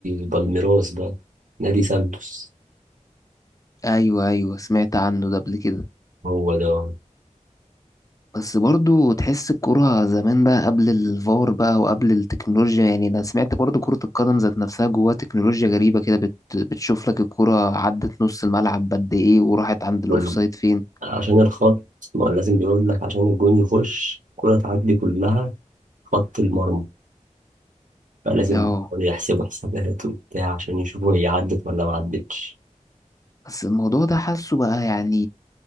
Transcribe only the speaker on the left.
أيوة أيوة سمعت عنه ده قبل كده
بس برضو تحس الكرة زمان بقى قبل الفار بقى وقبل التكنولوجيا يعني أنا سمعت برضو كرة القدم ذات نفسها جواها تكنولوجيا غريبة كده بت... بتشوف لك الكرة عدت نص الملعب قد إيه وراحت عند الأوفسايد
فين
اه
بس الموضوع ده حاسه بقى يعني